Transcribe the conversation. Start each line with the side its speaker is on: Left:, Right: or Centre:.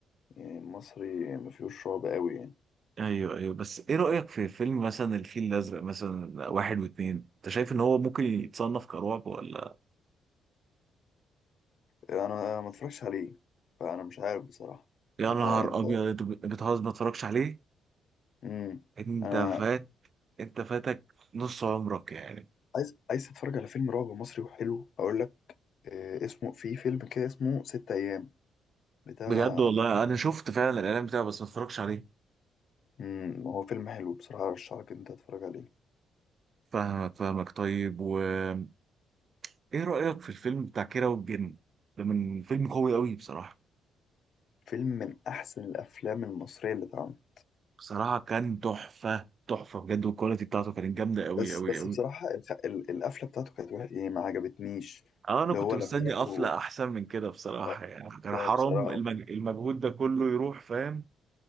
Left: يعني مصري ما فيهوش شعب أوي يعني
Right: ايوه ايوه بس ايه رأيك في فيلم مثلا الفيل الازرق مثلا واحد واتنين انت شايف ان هو ممكن يتصنف كرعب ولا
Left: أنا ما اتفرجش عليه فأنا مش عارف بصراحة
Right: يا
Left: أنت
Right: نهار
Left: أنت
Right: ابيض أنت بتهزر ما اتفرجش عليه
Left: مم.
Right: انت
Left: أنا
Right: فات انت فاتك نص عمرك يعني
Left: عايز عايز أتفرج على فيلم رعب مصري وحلو أقول لك إيه اسمه في فيلم كده اسمه ست أيام بتاع
Right: بجد والله انا شفت فعلا الاعلان بتاعه بس ما اتفرجش عليه
Left: مم. هو فيلم حلو بصراحة أرشحلك إن أنت تتفرج عليه
Right: فاهمك فاهمك طيب وايه رايك في الفيلم بتاع كيرة والجن ده من فيلم قوي قوي بصراحه
Left: فيلم من أحسن الأفلام المصرية اللي اتعملت
Right: بصراحه كان تحفه تحفه بجد والكواليتي بتاعته كانت جامده قوي
Left: بس
Right: قوي
Left: بس
Right: قوي
Left: بصراحة الخ... ال- القفلة بتاعته كانت وحشة يعني ما عجبتنيش
Right: اه انا
Left: اللي
Right: كنت
Left: هو
Right: مستني
Left: لما راحوا
Right: قفله احسن من كده بصراحه
Left: آه،
Right: يعني كان
Left: آه،
Right: حرام
Left: بصراحة
Right: المج... المجهود ده كله يروح فاهم